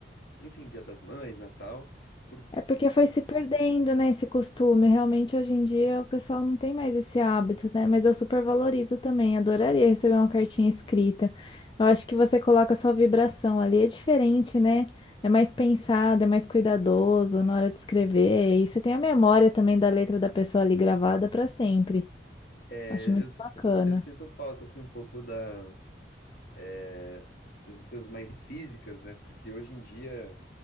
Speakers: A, on the left; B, on the left.
A: enfim, Dia das Mães, Natal, porque
B: É porque foi se perdendo, né, esse costume. Realmente, hoje em dia, o pessoal não tem mais esse hábito, né? Mas eu super valorizo também. Adoraria receber uma cartinha escrita. Eu acho que você coloca a sua vibração ali, é diferente, né? É mais pensado, é mais cuidadoso na hora de escrever. E você tem a memória também da letra da pessoa ali gravada para sempre.
A: É,
B: Acho muito
A: eu, s-
B: bacana.
A: eu sinto falta, assim, um pouco das, é, dessas coisas mais físicas, né? Porque hoje em dia,